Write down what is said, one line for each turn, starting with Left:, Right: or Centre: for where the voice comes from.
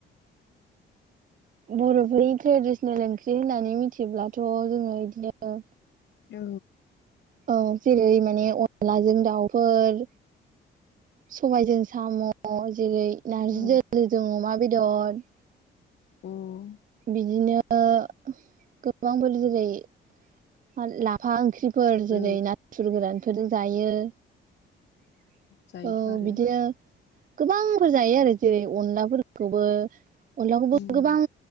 Right: बर'फोरनि ट्रेडिसनेल ओंख्रि होननानै मिथिब्लाथ' जोङो इदिनो
Left: औ।
Right: औ जेरै माने अनलाजों दाउफोर, सबायजों साम' म', जेरै नार्जि
Left: औ
Right: दोलोजों अमा बेदर।
Left: अह।
Right: बिदिनो गोबांफोर जेरै फा लाफा ओंख्रिफोर
Left: औ
Right: जेरै नाथुर गोरानफोरजों जायो। औ
Left: जायोथ' आरो
Right: बिदिनो गोबांफोर जायो आरो जेरै अनलाफोरखौबो। अनलाखौबो
Left: उम
Right: गोबां